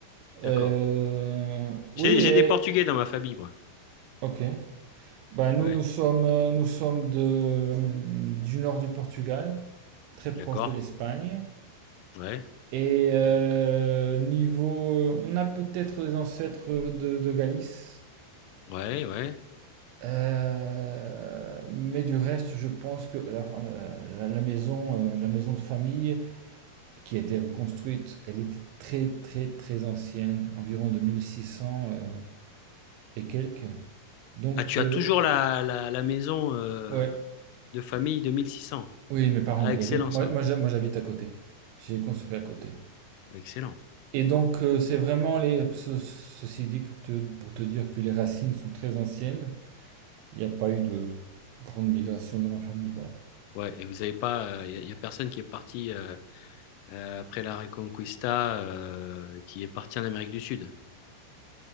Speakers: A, on the right (about 80°); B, on the left (about 85°).
A: Euh,
B: D'accord. J'ai,
A: oui,
B: j'ai
A: et...
B: des portugais dans ma famille, moi.
A: Ok. Ben nous,
B: Ouais.
A: nous sommes, euh, nous sommes de, du nord du Portugal, très proche
B: D'accord.
A: de l'Espagne.
B: Ouais.
A: Et euh, niveau... On a peut-être des ancêtres de, de Galice.
B: Ouais, ouais.
A: Euh, mais du reste, je pense que la, euh, la- la maison, euh, la maison de famille qui a été reconstruite, elle était très très très ancienne, environ de 1600 euh, et quelques. Donc,
B: Ah, tu
A: euh,
B: as toujours la, la, la maison euh,
A: ouais,
B: de famille 2600.
A: Oui, mes parents
B: Ah,
A: y
B: excellent
A: habitent. Moi,
B: ça.
A: moi, j'ha- moi, j'habite à côté. J'ai construit à côté.
B: Excellent.
A: Et donc, euh, c'est vraiment les. ce- ceci dit, pour te, pour te dire que les racines sont très anciennes, il n'y a pas eu de grande migration dans ma famille, voilà.
B: Ouais. Et vous n'avez pas, il y, a y a personne qui est parti euh, euh, après la Reconquista, euh, qui est parti en Amérique du Sud.